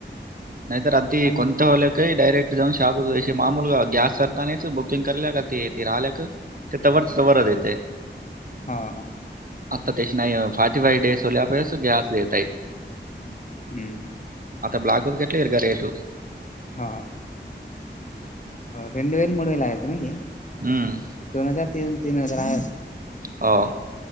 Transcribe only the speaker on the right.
नाहीत तरर अधदी
कोंत हले काही डैरेक्ट जऊन ाप मामूल का ग्यास सरता नाही ब <unintelligible> ल्या का ते त राहिल्या क ते तवरवरत येते <unintelligible>
आता त्याशी नाही फॉर्टी फाईव डेस होल्यापस गॅस देतई <unintelligible>
आता ब्लाक बत कटलीेर का रेट.
हम्म.
हो.